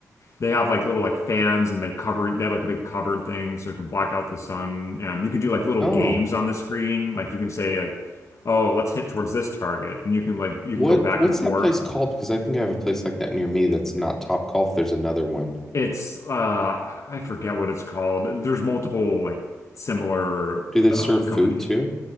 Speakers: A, on the left (about 50°); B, in the centre.
A: they have like little like fans and they cover they have like a big covered thing so it can block out the sun and you can do like little
B: Oh.
A: games on the screen like you can say like oh let's hit towards this target and you can like you
B: What
A: can go back
B: what's
A: and forth
B: that place called? Because I think I have a place like that near me that's not Top Golf. There's another one.
A: It's uh I forget what it's called. There's multiple like similar
B: Do they serve
A: uh
B: food
A: companies.
B: too?